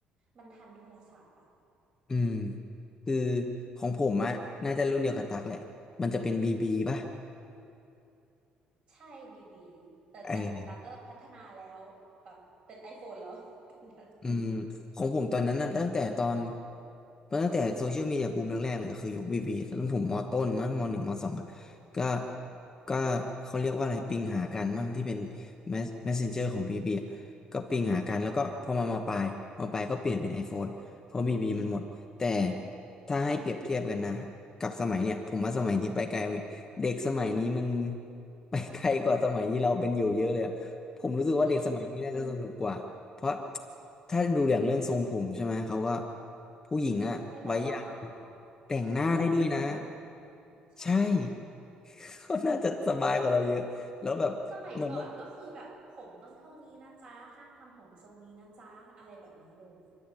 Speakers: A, on the right; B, on the left.
A: มันทันโทรศัพท์อ่ะ
B: อืมคือของผมอะน่าจะรุ่นเดียวกับตักแหละมันจะเป็นบีบีป่ะ
A: ใช่บีบีแต่แต่ของตาก็พัฒนาแล้วแบบเป็น
B: ไออ
A: iPhone แล้ว <laughs> ตอนนั้น
B: อืมของผมตอนนั้นน่ะตั้งแต่ตอนตั้งแต่โซเชียลมีเดียบูมแรกๆเลยก็คือยุคบีบีตอนนั้นผมมอต้นมั้งมหนึ่งมสองอ่ะก็ก็เขาเรียกว่าอะไรปิงหากันมั้งที่เป็นแมสเมสเซนเจอร์ของบีบีก็ปิงหากันแล้วก็พอมามอปลายมอปลายก็เปลี่ยนเป็น iPhone เพราะบีบีมันหมดแต่ถ้าให้เปรียบเทียบกันนะกับสมัยเนี่ยผมว่าสมัยนี้ไปไกลกว่าอีกเด็กสมัยนี้มัน <laughs> ไปไกลกว่าสมัยที่เราเป็นอยู่เยอะเลยอะ ผมรู้สึกว่าเด็กสมัยนี้น่าจะสนุกกว่าเพราะ
A: จริง
B: ถ้าดูอย่างเรื่องทรงผมใช่ไหมเขาก็ผู้หญิงอะไว้ยาว
A: ให้ไว้ยาวแล้วอะ
B: แต่งหน้าได้ด้วยนะ
A: ให้ทำสีได้ด้วยนะใช่
B: ใช่ <laughs> ก็น่าจะสบายกว่าเราเยอะแล้วแบบเหมือนมัน
A: สมัยก่อนก็คือแบบผมต้องเท่านี้นะจ๊ะห้ามทำผมทรงนี้นะจ๊ะอะไรแบบนี้เลย